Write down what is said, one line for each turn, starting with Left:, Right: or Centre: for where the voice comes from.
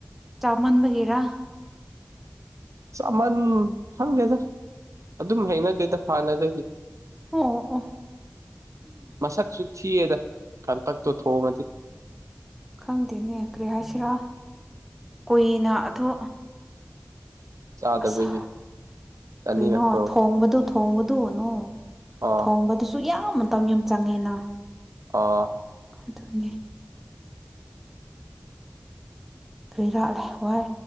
Centre: ꯆꯥꯃꯟꯕꯒꯦꯔꯥ
Right: ꯆꯥꯃꯟ ꯈꯪꯗꯦꯗ ꯑꯗꯨꯝ ꯍꯩꯅꯗꯦꯗ ꯍꯥꯟꯅꯗꯒꯤ
Centre: ꯑꯣ ꯑꯣ
Right: ꯃꯁꯛꯁꯨ ꯊꯤꯌꯦꯗ ꯀꯟꯇꯛꯇꯣ ꯊꯣꯡꯉꯗꯤ
Centre: ꯈꯪꯗꯦꯅꯦ ꯀꯔꯤ ꯍꯥꯏꯁꯤꯔꯥ ꯀꯨꯏꯅ ꯑꯗꯣ
Right: ꯆꯥꯗꯕꯒꯤ
Centre: ꯑꯁ
Right: ꯆꯥꯅꯤꯡꯉꯛꯄ꯭ꯔꯣ
Centre: ꯀꯔꯤꯅꯣ ꯊꯣꯡꯕꯗꯨ ꯊꯣꯡꯕꯗꯨꯅꯣ
Right: ꯑꯥ
Centre: ꯊꯣꯡꯕꯗꯨ ꯁꯨ ꯌꯥꯝ ꯃꯇꯝ ꯌꯥꯝ ꯆꯪꯉꯦꯅ
Right: ꯑꯣ
Centre: ꯑꯗꯨꯅꯦ ꯀꯔꯤꯔꯥ ꯋꯥꯏ